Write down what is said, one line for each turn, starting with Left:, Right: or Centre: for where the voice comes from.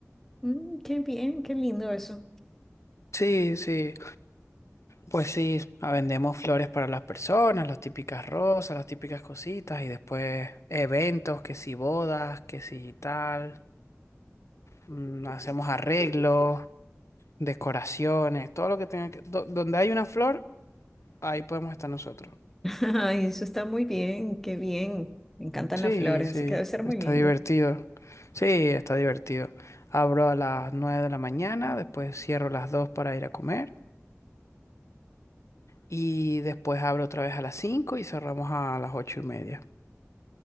Centre: mm, qué bien, qué lindo eso.
Left: Sí, sí. Pues sí, ah, vendemos flores para las personas, las típicas rosas, las típicas cositas y después eventos, que si bodas, que si tal, mm, hacemos arreglos, decoraciones, todo lo que tenga que... do- donde hay una flor, ahí podemos estar nosotros.
Centre: <laughs> Ay, eso está muy bien, qué bien. Me encantan
Left: Sí,
Centre: las flores,
Left: sí,
Centre: así que debe ser muy
Left: está
Centre: lindo.
Left: divertido. Sí, está divertido. Abro a las 9 de la mañana, después cierro a las 2 para ir a comer y después abro otra vez a las 5 y cerramos a las 8 y media.